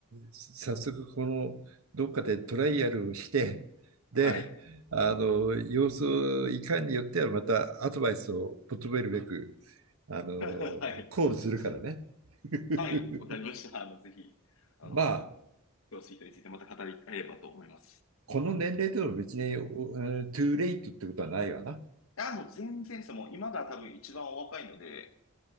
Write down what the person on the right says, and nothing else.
早速このどっかでトライアルをして、で、
あの様子をいかんによってはまたアドバイスを求めるべく、あの
コールするからね。
<laughs>
まあ、
この年齢でも別に、おえトゥーレイトってことはないわな。